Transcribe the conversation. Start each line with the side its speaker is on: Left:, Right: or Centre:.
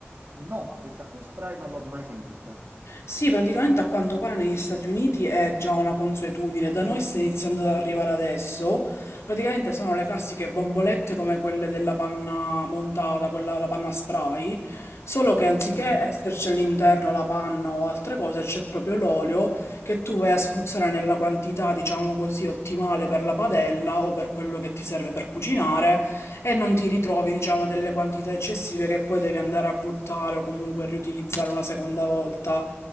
Right: No, questa qui spray non l'ho mai sentita.
Left: Sì, praticamente a quanto pare negli Stati Uniti è già una consuetudine, da noi sta iniziando ad arrivare adesso. Praticamente sono le classiche bombolette come quelle della panna montata, quella la panna spray, solo che anziché
Right: Sì.
Left: esserci all'interno la panna o altre cose, c'è proprio l'olio che tu vai a spruzzare nella quantità, diciamo così, ottimale per la padella o per quello che ti serve per cucinare e non ti ritrovi, diciamo, delle quantità eccessive che poi devi andare a buttare o comunque riutilizzare una seconda volta.